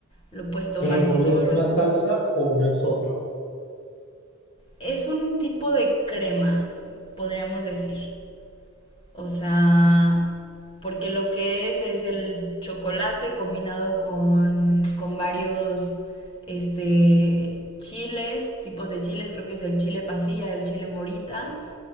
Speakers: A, on the left; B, on the left.
A: lo puedes tomar
B: pero el
A: solo.
B: mole es una salsa o una sopa,
A: Es un tipo de crema, podríamos decir. O sea, porque lo que es es el chocolate combinado con, con varios este, chiles, tipos de chiles, creo que es el chile pasilla, el chile morita